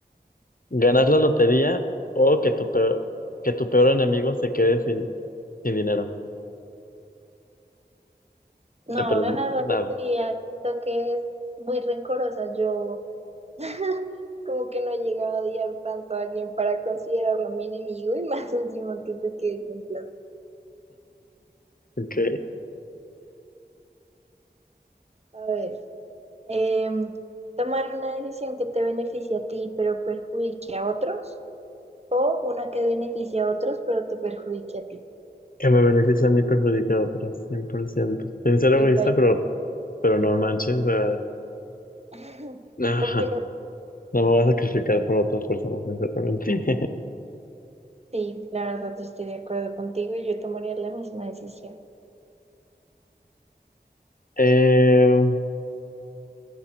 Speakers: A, on the left (about 55°); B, on the right (about 35°).
A: Ganar la lotería o que tu peor, que tu peor enemigo se quede sin, sin dinero.
B: No,
A: O sea, pero
B: ganar la
A: nada.
B: lotería, siento que es muy rencorosa. Yo <laughs> como que no he llegado a odiar tanto a alguien para considerarlo mi enemigo y más <laughs> encima que te quedes sin plata.
A: Ok.
B: A ver, em, tomar una decisión que te beneficie a ti pero perjudique a otros o una que beneficie a otros pero te perjudique a ti.
A: Que me beneficie a mí perjudica a otros, cien por ciento Sin ser egoísta,
B: Y paila.
A: pero, pero no manches. eh,
B: <laughs>
A: ajá.
B: Opino,
A: No me voy a sacrificar por otras personas, sinceramente. <laughs>
B: sí, la verdad yo estoy de acuerdo contigo y yo tomaría la misma decisión.
A: Eh,